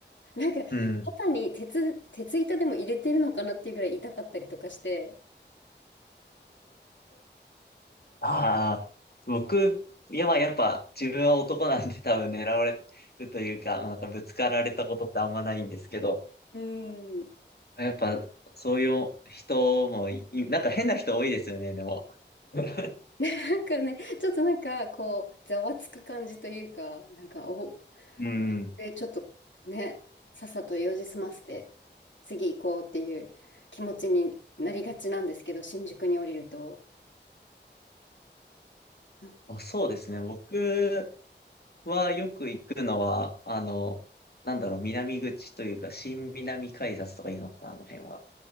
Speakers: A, on the left; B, on the left.
A: なんか、
B: うん。
A: 肩に鉄、鉄板でも入れてるのかなっていうぐらい痛かったりとかして、
B: ああ、僕、いや、まあ、やっぱ、自分は男なんで多分狙われるというか、なんかぶつかられたことってあんまないんですけど、
A: うん。
B: やっぱ、そういう人もい、なんか変な人多いですよね、でも。<laughs>
A: なんかね、ちょっとなんか、こう、ざわつく感じというか、なんか、お、
B: うん。
A: で、ちょっとね、さっさと用事済ませて、次行こうっていう気持ちになりがちなんですけど、新宿に降りると。う
B: あ、そうですね。
A: ん
B: 僕はよく行くのは、あの、なんだろう、南口というか、新南改札とかいうのかな、あの辺は。